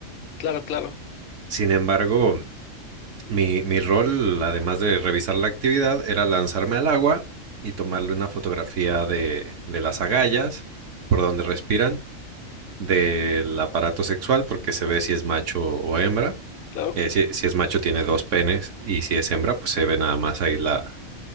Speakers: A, on the left; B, on the right.
A: claro, claro,
B: Sin embargo, Mi, mi rol, además de revisar la actividad, era lanzarme al agua y tomarle una fotografía de, de las agallas, por donde respiran, del aparato sexual, porque se ve si es macho o hembra.
A: claro.
B: Eh, si, si es macho tiene dos penes y si es hembra, pues se ve nada más ahí la,